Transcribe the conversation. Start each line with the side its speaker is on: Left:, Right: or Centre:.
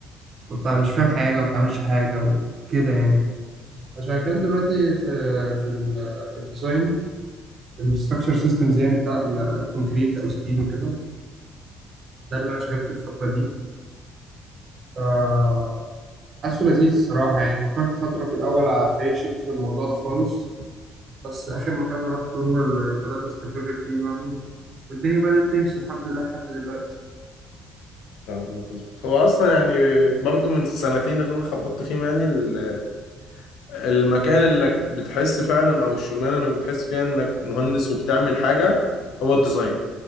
Right: انت مش فاهم حاجة وما بتعملش حاجة وكده يعني فشغال دلوقتي في في ال... في الديزاين الستراكشر سيستمز يعني بتاع الكونكريت أو ستيل وكده ده اللي أنا شغال فيه الفترة دي ف حاسه لذيذ الصراحة يعني فكرت فترة في الأول أ- أكارير شيفت في الموضوع ده خالص بس آخر مكان رحت هو اللي بدأت أستقر فيه يعني والدنيا بدأت تمشي الحمد لله لحد دلوقتي
Left: ان شاء الله تظبط هو اصلا يعني برضو من السنتين اللي انا خبطت فيهم يعني ال- المكان اللي بتحس فعلا او الشغلانه اللي بتحس فيها انك مهندس وبتعمل حاجه هو الديزاين